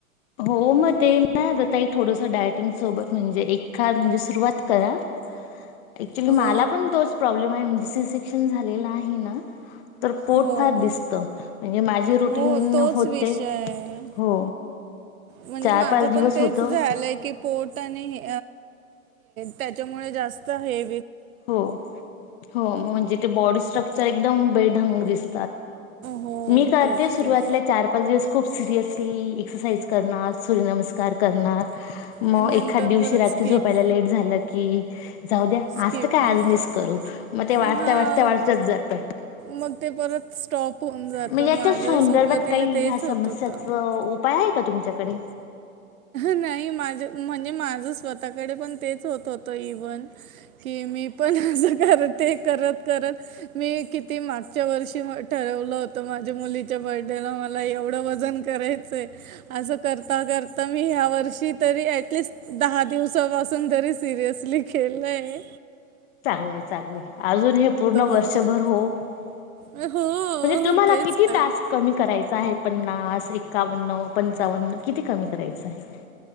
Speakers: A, on the left (about 45°); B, on the right (about 75°).
A: हो मग ते ना आताई थोडसं डायटिंग सोबत म्हणजे एख म्हणजे सुरुवात करा ऍक्च्युली
B: हो
A: मला पण तोच प्रॉब्लेम आहे मिस इस शिकषण झा आहे ना. तर पोट
B: हो
A: फार
B: हो
A: दिसत म्हणजे माझे रुटीन
B: हो तोच
A: होते
B: विषय आहे
A: हो.
B: म्हणजे
A: चार
B: माझं
A: पाच दिवस
B: पण तेच
A: होतं
B: झालंय की पोट आणि त्याच्यामुळे जास्त हे
A: हो हो म्हणजे बॉडी स्ट्रक्चर एकदम हो दिस्
B: हो
A: मी करते
B: तेच
A: सुरुवातीला
B: तेच
A: चार पाच दिवस खूप ली. एक्सरसाइज करणार, सूर्यनमस्कार करणार मग
B: आणि नंतर
A: एखाद्या दिवशी
B: परत
A: रात्री
B: स्किप
A: झोपायला लेट झालं की जाऊदे. आज
B: स्किप
A: तर काय
B: होतं
A: आज मिस करू मग ते वाढत्या
B: हां
A: वाढत्या वाढतच जात
B: मग ते परत स्टॉप होऊन जातं
A: मग याच्या
B: माझंही
A: संदर्भात
B: सुरुवातीला
A: काही
B: तेच
A: ह्या
B: होत
A: समस्याचा
B: होतं
A: उपाय आहे का तुमच्या कडे?
B: नाही माझ म्हणजे माझ स्वतःकडे पण तेच होत हो इव्हन कि मी पण असं करते. करत करत मी किती मागच्या वर्षी म ठरवलं होतं माझ्या मुलीच्या बर्डेला मला एवढं वजन करायचं आहे असं करता कर आता मी ह्या वर्षी तरी ऍटलिस्ट दहा दिवसापासून तरी सिरियसली खलंय.
A: चांगलं चांगलंय अजून हे पूर्ण वर्षभर
B: होत
A: हो म्हणजे
B: हो
A: तुम्हाला
B: तेच
A: किती
B: ना
A: तास कमी करायचा आहे? पन्नास, एकावन्न, पंचावन्न किती कमी करायचं आहे.